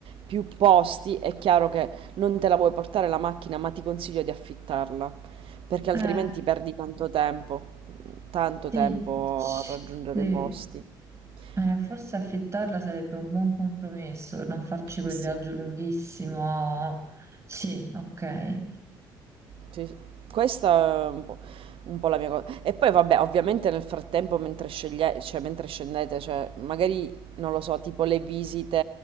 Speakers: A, on the right (about 55°); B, on the right (about 25°).
A: più posti, è chiaro che non te la vuoi portare la macchina, ma ti consiglio di affittarla, perché altrimenti
B: Eh,
A: perdi tanto tempo, tanto
B: sì,
A: tempo
B: sì.
A: a raggiungere i posti. Eh
B: Eh, forse affittarla sarebbe un buon compromesso per non farci quel
A: sì.
B: viaggio lunghissimo. Sì, ok.
A: Sì, sì. Questa è un po', un po' la mia cosa. E poi vabbè, ovviamente nel frattempo, mentre sceglie- cioè, mentre scendete, cioè, magari, non lo so, tipo le visite